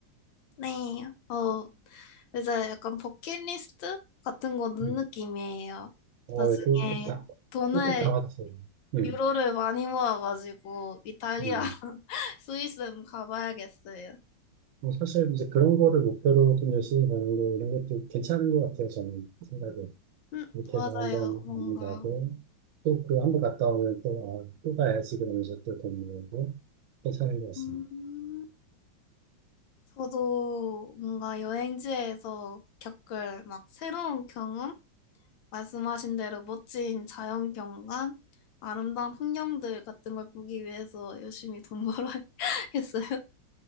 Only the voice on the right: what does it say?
음,
어,
그꼭 다,
꼭다 왔어요. 음,
음.
뭐 사실 이제 그런 거를 목표로 좀 열심히 가는 거 이런 것도 괜찮은 것 같아요. 저는 생각에
이렇게
해서 한번
많이 가고 또 그 한번 갔다 오면 또 아, 또 가야지 그러면서 또 돈 모으고 괜찮은 것 같습니다.